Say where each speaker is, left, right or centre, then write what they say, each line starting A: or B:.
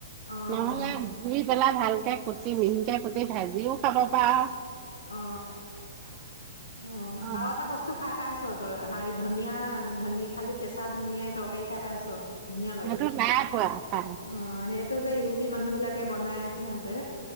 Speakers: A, on the left; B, on the right.
A: অ
B: নহলে
A: অ
B: ভালকে কুটি মিহিক কুটি ভাজিও খাব পাৰা
A: অ অ
B: আও
A: আৰু এটা বস্তু খাই পাই আছ তই হ ধনিয়া ধনীয়া খালি কেঁচা ধনীয়ে তৰকাৰী খাই পাইছ ধুনীয়া লাগে
B: সেইটো নাই পোৱা খাই
A: অ টো যে ইউৰপি মানুহ বিলাকে বনাই সিহঁতে